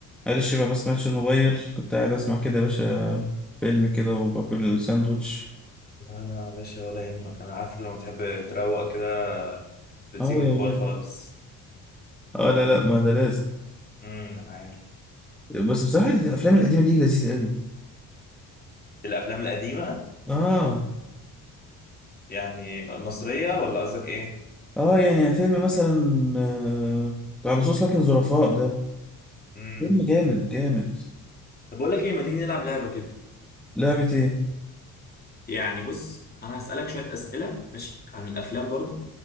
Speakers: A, in the centre; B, on the left (about 25°).
A: معلش بقى بس ماتش الموبايل كنت قاعد اسمع كده يا باشا فيلم كده وباكل ساندوتش
B: لا لا يا باشا ولا يهمك انا عارف لما تحب تروق كده بتسيب
A: اه
B: الموبايل
A: يا باشا
B: خالص
A: اه لا لا ما ده لازم
B: امم انا عارف
A: بس بصراحة الافلام القديمة دي لذيذة قوي
B: الافلام القديمه
A: اه
B: يعني م- مصريه ولا قصدك ايه
A: اه يعني فيلم مثلا آه، على صوص لكن ظرفاء ده
B: امم
A: فيلم جامد
B: امم
A: جامد
B: طب بقول لك ايه ما تيجي نلعب لعبه كده
A: لعبة ايه
B: يعني بص انا هسالك شويه اسئله ماشي عن الافلام برضو